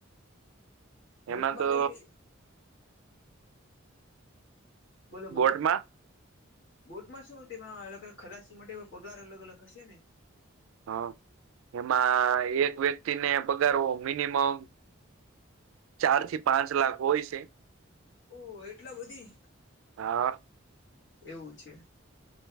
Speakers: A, on the left; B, on the right.
A: બોટમાં
B: એમાં તો
A: કઈ તે. બોલો બોલો.
B: બોટમાં
A: બોટમાં શું તેમાં અલગ અલગ ખલાસી માટે પગાર અલગ અલગ હશે ને?
B: હા એમાં એક વ્યક્તિને પગારવો મિનિમમ. ચાર થી પાંચ લાખ હોય છે.
A: ઓહ એટલા બધી.
B: હા
A: એવું છે